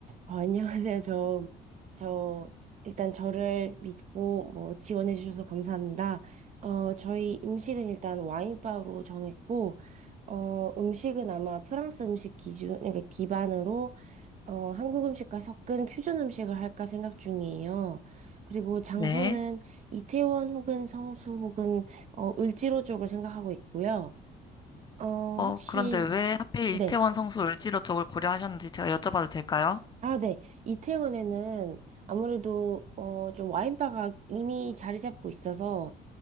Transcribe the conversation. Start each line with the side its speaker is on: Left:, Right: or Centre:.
Right: 어, 안녕하세요. 저, 저, 일단 저를 믿고 뭐 지원해주셔서 감사합니다. 어, 저희 음식은 일단 와인바로 정했고, 어, 음식은 아마 프랑스 음식 기준, 그러니까 기반으로, 어, 한국 음식과 섞은 퓨전 음식을 할까 생각 중이에요. 그리고 장소는
Left: 네.
Right: 이태원 혹은 성수 혹은, 어, 을지로 쪽을 생각하고 있고요. 어, 혹시,
Left: 어, 그런데 왜 하필
Right: 네.
Left: 이태원 성수 을지로 쪽을 고려하셨는지 제가 여쭤봐도 될까요?
Right: 아, 네. 이태원에는 아무래도, 어, 좀 와인바가 이미 자리 잡고 있어서